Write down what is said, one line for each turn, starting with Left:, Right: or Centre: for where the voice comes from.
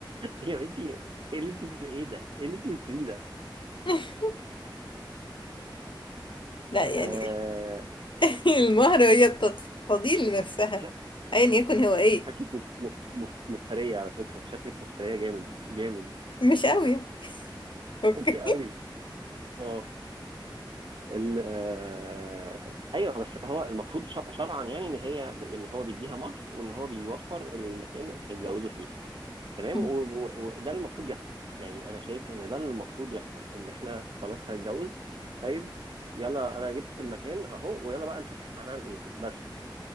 Right: هي انت ايه اللي انت ايه ده؟ ايه اللي انت بتقوليه ده؟
Left: <laughs> لا يعني
Right: آه...
Left: <laughs> المهرة هي التط- تضيل لنفسها
Right: إنت شا-
Left: ايا يكن
Right: إنت
Left: هو ايه
Right: شكلك مف... مف... مف... مفترية على فكرة شكلك مفترية جامد جامد
Left: مش قوي اوكي
Right: وحشة قوي اه ال... آه... ايوه بس هو المفروض ش... شرعا يعني ان هي ان هو بيديها مهر وان هو بيوفر المكان اللي هيتجوزوا فيه تمام
Left: <laughs> مم.
Right: وده و... و- وده اللي المفروض يحصل يعني انا شايف ان ده اللي المفروض يحصل ان احنا خلاص هنتجوز طيب يلا انا جبت المكان اهو ويلا بقى نشوف احنا هنعمل ايه بس